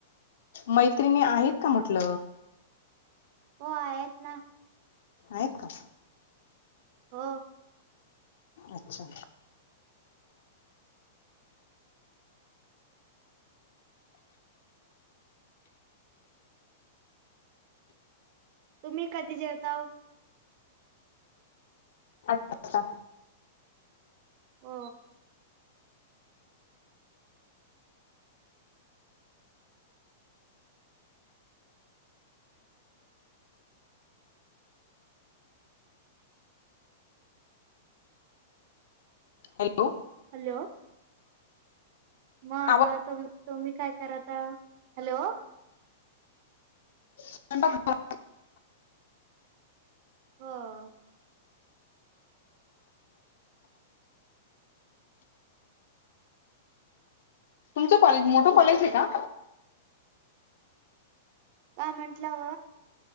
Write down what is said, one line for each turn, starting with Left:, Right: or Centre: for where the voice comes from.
Left: मैत्रिणी आहेत का म्हटल
Right: हो आहेत ना
Left: आहेत का
Right: हो.
Left: अच्छा
Right: तुम्ही कधी जेवताव?
Left: आत्ता
Right: ओ
Left: हॅलो!
Right: हॅलो मग
Left: आवाज
Right: तुम तुम्ही काय कराता हॅलो
Left: <inaudible>
Right: हो.
Left: तुमचं कॉलेज मोठं कॉलेज आहे का?
Right: काय म्हटलव